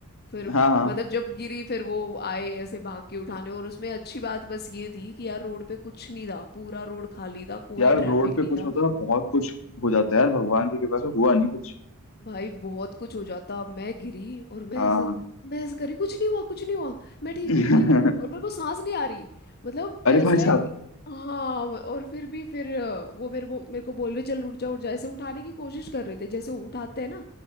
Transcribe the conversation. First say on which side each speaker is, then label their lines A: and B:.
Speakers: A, on the left; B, on the left.
A: फिर
B: हाँ हाँ
A: मतलब जब गिरी फिर वो आए ऐसे भाग के उठाने और उसमें अच्छी बात बस ये थी कि यार रोड पे कुछ नहीं था पूरा रोड खाली था कोई
B: यार
A: ट्रैफिक
B: रोड पे
A: नहीं
B: कुछ
A: था
B: मतलब बहुत कुछ हो जाता है यार भगवान की कृपा से हुआ नहीं कुछ
A: भाई बहुत कुछ हो जाता मैं गिरी और मैं
B: हाँ
A: ऐसे मैं ऐसे करी कुछ नहीं हुआ कुछ नहीं हुआ मैं ठीक
B: <laughs>
A: हूँ ठीक हूँ और मेरे को सांस नहीं आ रही मतलब
B: अरे
A: एज
B: भाई
A: लाइक
B: साहब
A: हाँ और फिर भी फिर अ, वो मेरे वो मेरे को बोल रहे चल उठ जा उठ जा ऐसे उठाने की कोशिश कर रहे थे जैसे उठाते हैं ना